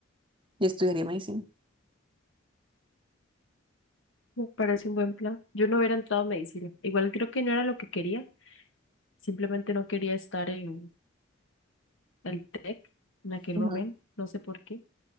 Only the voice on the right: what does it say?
y estudiaría medicina.
Ujú,